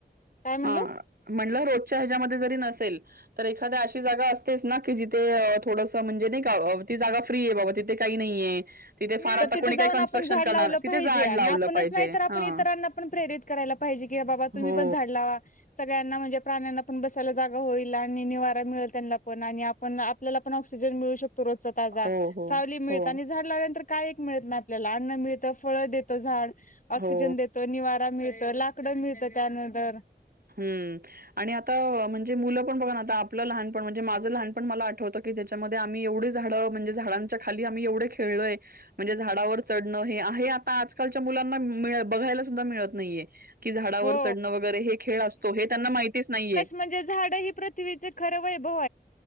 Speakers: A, on the left (about 45°); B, on the right (about 55°).
A: काय म्हणलो
B: हा. म्हटलं रोजच्या ह्याच्यामध्ये जरी नसेल तर एखाद्या अशी जागा असतेच ना की जिथे थोड. म्हणजे नाही का ती जागा फ्री आहे बाबा तिथे काही नाहीय. तिथे फार आता
A: तर तिथं
B: कोणी
A: जाऊन
B: काही कनस्ट्रक्शन
A: आपण झाड
B: करणार
A: लावलं
B: तिे
A: पाहिजे
B: जाड
A: आणि
B: लावलं.
A: आपणच
B: पाहिजे
A: नाही तर आपण
B: हा
A: इतरांना पण प्रेरित करायला पाहिजे क बाबा तुम्ही
B: हो
A: पण झाड लावा. सगळ्यांना म्हणजे प्राण्यांना पण बसायला जागा होईल आणि निवारा मिळेल त्यांना पण आणि आपण आपल्याला पण ऑक्सिजन मिळू शकतो रोजचा ताजा
B: हो हो
A: सावली मिळत
B: हो
A: आणि झाड ला. का मिळत ना आपल्याला अन्न मिळत फळ देत झाड ऑक्सिजन
B: हो
A: देत. तो निवारा मिळत लाकडं मिळतं त्यानंतर
B: हम्म आणि आता म्हणजे मुलं पण बघ ना आता आपलं लहानपण म्हणजे माझं लहानपण मला आठवतं. की त्याच्यामध्ये आम्ही एवढे झाड म्हणजे झाडांच्या खाली आम्ही एवढे खेळलय. म्हणजे झाडावर चढणं हे आहे आता आजकालच्या मुलांना बघायला सुद्धा मिळत नाहीये. की झाडावर
A: हो
B: चढणं वगैरे हे खेळ असतो हे त्यांना माहितीच नाहीये.
A: म्हण झाृथ ख व